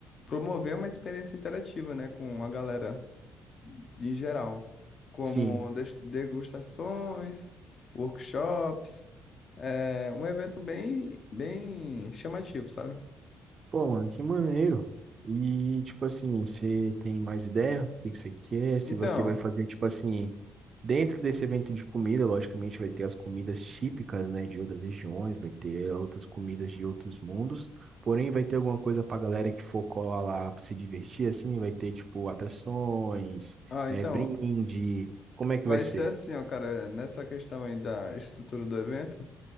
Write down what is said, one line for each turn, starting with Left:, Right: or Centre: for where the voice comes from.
Left: promover uma experiência interativa, né, com a galera em geral, como
Right: Sim.
Left: des- degustações, workshops, é um evento bem, bem chamativo, sabe?
Right: Pô, mano, que maneiro. E, tipo assim, você tem mais ideia do que que você quer? Se
Left: Então,
Right: você vai fazer, tipo assim, dentro desse evento de comida, logicamente vai ter as comidas típicas, né, de outras regiões, vai ter outras comidas de outros mundos. Porém, vai ter alguma coisa pra galera que for colar lá pra se divertir, assim, vai ter, tipo, atrações,
Left: ah,
Right: é,
Left: então
Right: brinde. Como é que
Left: vai
Right: vai ser?
Left: ser assim, ó, cara, nessa questão aí da estrutura do evento.